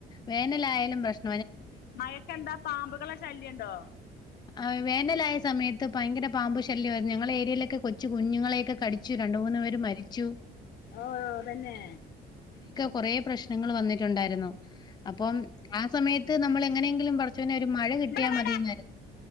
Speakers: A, on the left (about 25°); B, on the left (about 70°).
A: വേനലായാലും പ്രശ്
B: മയക്കെന്താ പാമ്പുകളെ ശല്യം ഉണ്ടോ
A: ആഹ് വേനലായ സമയത്ത് ഭയങ്കര പാമ്പ് ശല്യായിരുന്നു ഞങ്ങളാ ഏരിയയിലൊക്കെ കൊച്ചു കുഞ്ഞുങ്ങളെക്കെ കടിച്ചു രണ്ട് മൂന്ന് പേര് മരി ച്ചു
B: ഓ ഓ തന്നെ
A: കുറേ പ്രശ്നങ്ങള് വന്നിട്ടുണ്ടായിരുന്നു. അപ്പം ആ സമയ ത്ത് നമ്മൾ എങ്ങനെങ്കിലും പറിച്ച് എങ്ങനേം ഒരു മഴ കിട്ടിയാൽ
B: ഇവിടെ വാടാ
A: മതിന്നായിരുന്നു.